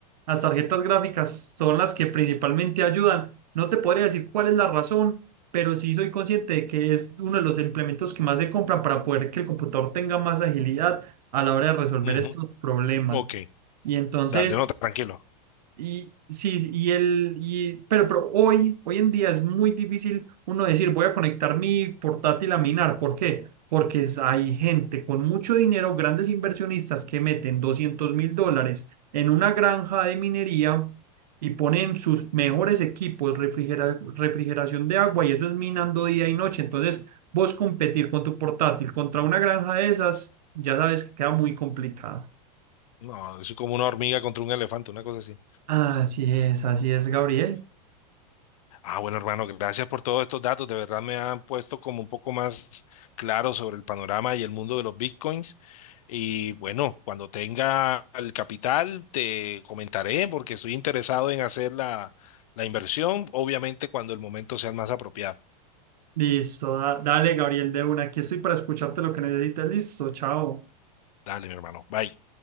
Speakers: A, on the right; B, on the left.
A: las tarjetas gráficas son las que principalmente ayudan. No te podría decir cuál es la razón, pero sí soy consciente de que es uno de los implementos que más se compran para poder que el computador tenga más agilidad a la hora de resolver
B: ujú,
A: estos problemas.
B: ok.
A: Y entonces...
B: Dale, no, tranquilo.
A: Y sí, y el, y, pero, pero hoy, hoy en día es muy difícil uno decir voy a conectar mi portátil a minar. ¿Por qué? Porque es- hay gente con mucho dinero, grandes inversionistas que meten doscientos mil dólares en una granja de minería y ponen sus mejores equipos, refrigera- refrigeración de agua y eso es minando día y noche. Entonces, vos competir con tu portátil contra una granja de esas, ya sabes que queda muy complicado.
B: No, es como una hormiga contra un elefante, una cosa así.
A: Así es, así es, Gabriel.
B: Ah, bueno, hermano, gracias por todos estos datos. De verdad me han puesto como un poco más claro sobre el panorama y el mundo de los bitcoins. Y bueno, cuando tenga el capital, te comentaré porque estoy interesado en hacer la, la inversión, obviamente cuando el momento sea el más apropiado.
A: Listo, da- dale, Gabriel, de una. Aquí estoy para escucharte lo que necesites. Listo, chao.
B: Dale, mi hermano. Bye.